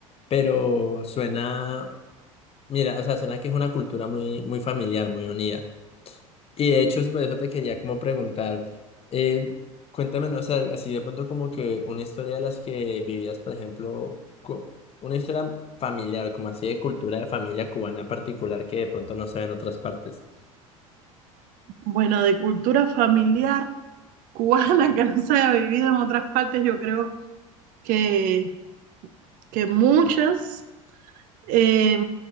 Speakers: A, on the left (about 35°); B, on the right (about 50°).
A: pero suena, mira, o sea, suena que es una cultura muy, muy familiar, muy unida. Y de hecho, por eso te quería como preguntar, eh, cuéntame, no sé, así de pronto como que una historia de las que vivías, por ejemplo, cu- una historia familiar, como así de cultura de familia cubana en particular que de pronto no se ve en otras partes.
B: Bueno, de cultura familiar cubana <laughs> que no se haya vivido en otras partes, yo creo que, que muchas. Eh,